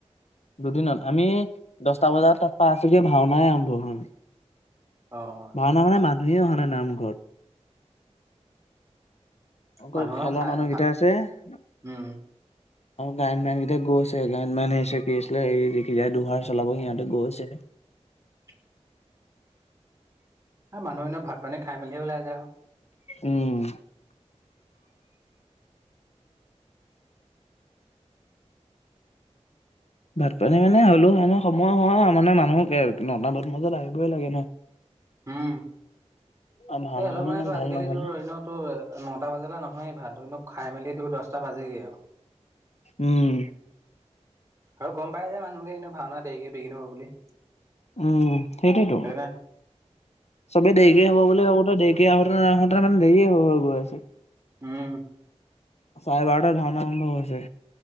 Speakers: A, on the left; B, on the right.
A: দুদিনত আমি দছটা বজাত ত পৰা আছোগে ভাওনাই আৰম্ভহোৱা নাই
B: অ',
A: ভাওনা মানে, মানুহেই অহা নাই নামঘৰত। অকল
B: মানুহৰ
A: খেলৰ
B: খাই
A: মানুহকেইটা
B: ভা
A: আছে আৰু
B: উম,
A: গায়ন বাইনকেইটা গৈছে গায়ন বাইন কি আছিলে এই দ দুহাৰ চলাব সিহঁতে গৈছে
B: <inaudible> অ', মানুহখনৰ ভাত পানী খাই মেলি ওলাই যায় আৰু
A: উম, ভাত-পানী মানে, হ'লেও সময় হয় আৰু মানে, মানুহ নটা মান বজাত আহিবই লাগে ন'।
B: উম,
A: আৰু ভাওনাখনো
B: এ অলপ মানেটো
A: ইমান
B: আজিকালি
A: ভাল নহ'লে।
B: তোৰ এনে তো নটা বাজালে নহয় ভাতোক খাই মেলি তোৰ দহটা বাজগে আৰু
A: উম,
B: আৰু গম পাই যে মানুহোকে কিনে ভাওনা দেৰিকে বিগিন হব বুলি
A: উম, সেইটোতো
B: সেইকাৰণে
A: চবে দেৰিকে হ'ব বুলি ভাবোতো দে কে আহোঁতে - নাহোঁতে মান দেৰিয়ে হৈ- হৈ গৈ আছে।
B: উম,
A: চাৰে বাৰটাত ভাওনা আৰম্ভ হৈছে।